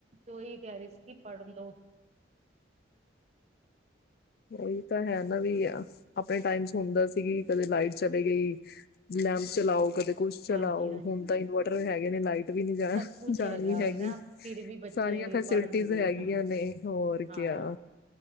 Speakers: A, on the right; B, on the left.
A: ਓਹੀ ਕਹਿ ਰਹੀ ਸੀ ਕੀ ਪੜ ਲੌ।
B: ਉਹੀ ਤਾਂ ਹੈ ਨਾ ਵੀ ਆਪਣੇ ਟਾਈਮ ਚ ਹੁੰਦਾ ਸੀ ਕਦੇ ਲਾਈਟ ਚਲੇ ਗਈ ਲੈਂਪ ਚਲਾਓ ਕਦੇ ਕੁੱਛ ਚਲਾਓ
A: ਹਾਂਜੀ ਹਾਂਜੀ
B: ਹੁਣ ਤਾਂ ਇਨਵੇਂਟਰ ਹੈਗੇ ਨੇ ਲਾਈਟ ਵੀ ਨਹੀਂ ਜਾ
A: ਸਭ ਕੁਛ
B: ਜਾਣੀ
A: ਹੈਗਾ
B: ਹੈਗੀ
A: ਉਹੀ ਨਾ ਫਿਰ ਵੀ ਬੱਚੇ
B: ਸਾਰੀਆਂ ਫੈਸਿਲਿਟੀਜ਼
A: ਪੜ੍ਹ ਨੀ ਰਹੇ
B: ਹੈਗੀਆਂ
A: ਹਾਂ
B: ਨੇ ਹੋਰ
A: ਹਾਂ
B: ਕਿਆ।